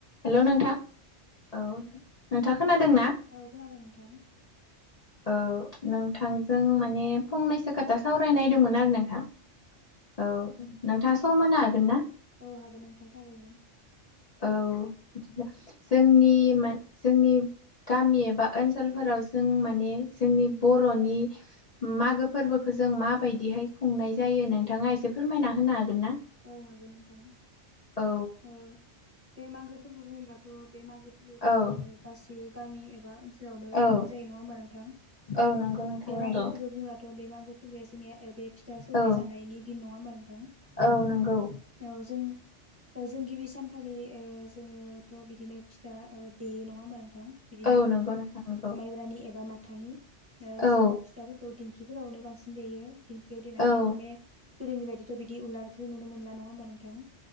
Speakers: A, on the left; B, on the right.
A: Hello नोंथां औ नोंथाङा खोनादोंना?
B: औ खोनादों नोंथां।
A: औ नोंथांजों माने फंनैसो खोथासो सावरायनायदोंंमोन आरो
B: औ
A: नोंथां औ नोंथाङा सम होनो हागोन ना?
B: औ हागोन नोंथां थारैनो।
A: औ बिदिब्ला जोंनि मान जोंनि गामि एबा ओनसोलफोराव जों माने जोंनि बर'नि
B: औ
A: मागो फोरबोखौ जों माबायदिहाय खुंनाय जायो नोंथाङा एसे फोरमायना होनो हागोन ना?
B: औ हागोन नोंथां।
A: औ
B: ओ बे मागो फोरबो बुङोबाथ' बे मागो फोरबोखौ
A: औ
B: गासिबो गामि ए ओनसोलावनो
A: औ
B: खुंनाय जायो नङा होमबा नोंथां?
A: औ नंगौ नोंथां
B: बे
A: नंगौ
B: मागोफोरखौ बुंब्लाथ' बे मागो फोर जोंनिया बे फिथा सौराय
A: औ
B: जानायनि दिन नङा होमबा नोंथां?
A: औ नंगौ
B: औ जों जों गिबि सानखालि जोङोथ' बिदिनो फिथा देयो नङा होमबा नोंथां? बिदिनो
A: औ नंगौ नोंथां नंगौ
B: माइब्रानि एबा म माथानि ओ
A: औ
B: जोङो फिथाफोरखौ दिंखिफोरावनो बांसिन देयो। दिंखियाव देनानै
A: औ
B: माने गोदोनि बायदिथ' बिदि उलारखौ नुनो मोनला नङा होमबा नोंथां?